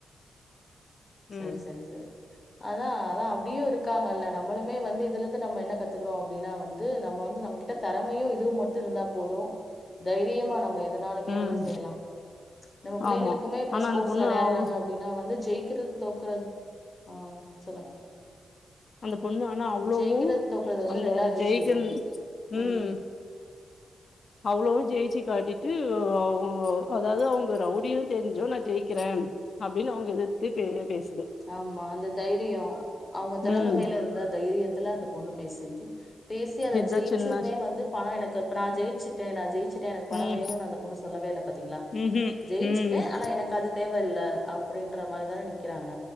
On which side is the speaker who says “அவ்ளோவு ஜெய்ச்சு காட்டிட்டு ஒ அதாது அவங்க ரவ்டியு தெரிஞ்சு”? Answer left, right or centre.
Left